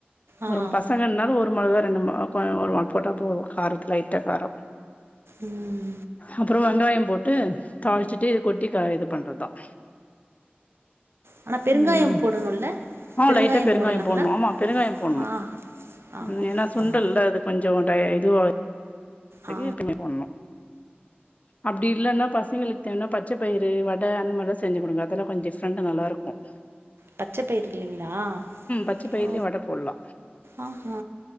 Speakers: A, on the right; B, on the left.
A: ஆ
B: ஒரும் பசங்கன்னாலு ஒரு ஒரு மொளகா ரெண்டு ம கொஅ மொகா போட்டா போரும் காரத்துல லைட்டா காரம்
A: ம்
B: அப்றோ வெங்காயம் போட்டு தாளிச்சிட்டு கொட்டி இது பண்றதுதான்
A: ஆனா பெருங்காயம்
B: உம்
A: போடணுல்ல
B: ஆ
A: பெருங்காயம்
B: லைட்டா பெருங்காயோ
A: போடலாங்களா
B: போண்ணு ஆமா பெருங்காயோ போண்ணு
A: ஆ ஆமா
B: உம் ஏன்னா சுண்டல்ல்ல
A: ஆமா
B: அது கொஞ்ச் <unintelligible> <unintelligible>
A: ஆ
B: அப்டி இல்லன்னா பச பசங்களுக்கு தேவனா பச்ச பயிறு வடை அந்த மாதிரிலாம் செஞ்சு கொடுங்க அதல்லாம் கொஞ்சம் டிஃப்ரண்ட் நல்லா இருக்கும்
A: பச்சை பயிர் இல்லைங்களா
B: பச்ச பயிர்லயு
A: ஓ
B: வட போட்லா
A: ஆஹ்ஹ்